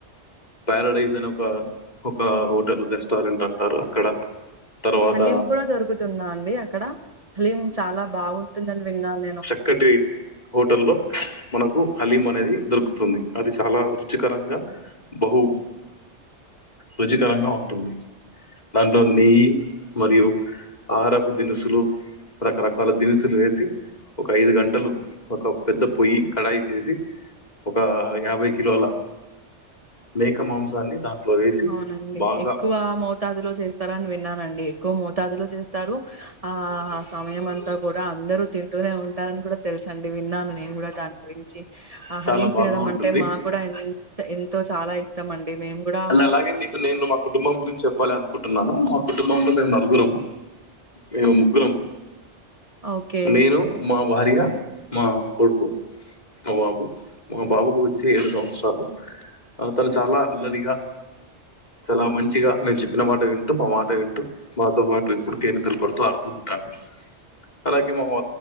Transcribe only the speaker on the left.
ప్యారాడైజ్ అని ఒక ఒక హోటల్ రెస్టారెంట్ అంటారు అక్కడ తర్వాత
ఇక్కటి హోటల్ లో మనకు హలీం అనేది దొరుకుతుంది, అది చాలా రుచికరంగా బహు రుచికరంగా ఉంటుంది, దాంట్లో నెయ్యి మరియు ఆహారపుదినుసులు రకరకాల దినుసులు వేసి ఒక ఐదు గంటలు ఒక పెద్ద పొయ్యి కడాయి సేసి ఒక యాభై కిలోల మేక మాంసాన్ని దాంట్లో వేసి
బాగా
చాలా
బాగా
ఉంటుంది
అలా అలాగే అండి ఇప్పుడు నేను మా కుటుంబం గురించి చెప్పాలి అనుకుంటున్నాను, మా కుటుంబంలో నేను నలుగురము మేము ముగ్గురం,
నేను మా భార్య, మా కొడుకు మా బాబు, మా బాబుకు వచ్చి ఏడు సంవత్సరాలు తను చాలా అల్లరిగా చాలా మంచిగా మేము చెప్పిన మాట విం టు మాట వింటూ మాతో పాటు ఇప్పుడు కేరింతలు కొడుతూ ఆడుతూ ఉంటాడు. అలాగే మా